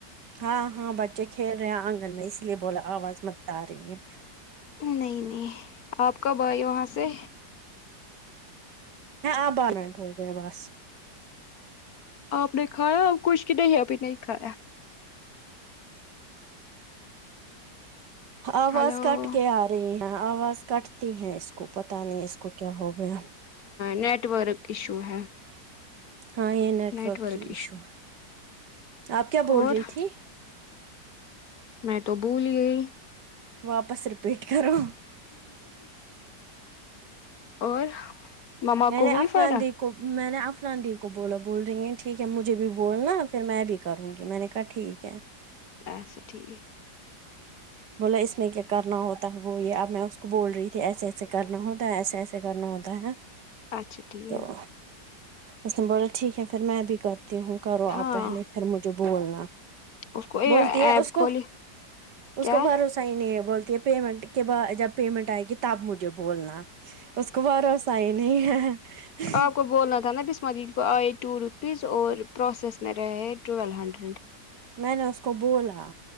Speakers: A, on the right; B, on the left.
A: ہاں ہاں بچے کھیل رہے ہیں آنگن میں اس لیے بولا آواز مت آ رہی ہے
B: نہیں نہیں آپ کب آئی وہاں سے
A: آپ بار منٹ ہو گئے بس
B: آپ نے کھایا اور کچھ کی نہیں ابھی نہیں کھایا
A: آواز
B: ہلو
A: کٹ کے آ رہی ہے آواز کٹتی ہیں اس کو پتہ نہیں اس کو کیا ہو گیا
B: نیٹورک ایشو ہے
A: ہاں یہ نیٹورک
B: نیٹ ورک
A: ہی ایشو ہے آپ کیا
B: ہے
A: بول
B: اور
A: رہی تھی
B: میں تو بھول گئی
A: واپس رپیٹ کرو
B: اور مما
A: میں
B: کو
A: نے افلان
B: ہوئی فرق
A: دی کو میں نے افنا دی کو بولا بول رہی ہیں ٹھیک ہے مجھے بھی بولنا پھر میں بھی کروں گی میں نے کہا ٹھیک ہے
B: اچھا ٹھیک ہے
A: بولا اس میں کیا کرنا ہوتا ہے وہ یہ اب میں اس کو بول رہی تھی ایسے ایسے کرنا ہوتا ہے ایسے ایسے کرنا ہوتا ہے
B: اچھا ٹھیک
A: تو
B: ہے
A: اس نے بولا ٹھیک ہے پھر میں بھی کرتی ہوں کرو آپ
B: ہاں
A: پہلے پھر مجھے بولنا
B: اس کو یہ
A: بولتی
B: ایپ
A: ہے اس
B: کھولی
A: کو اس
B: کیا
A: کو بھروسہ ہی نہیں ہے بولتی ہے پیمنٹ کے بعد جب پیمنٹ آئے گی تب مجھے بولنا اس کو بھروسہ ہی نہیں ہے
B: آپ کو بولنا تھا نا آشنا دی کو آئے ٹو روپیز اور پروسیس میں رہے ٹویلو ہنڈریڈ
A: میں نے اس کو بولا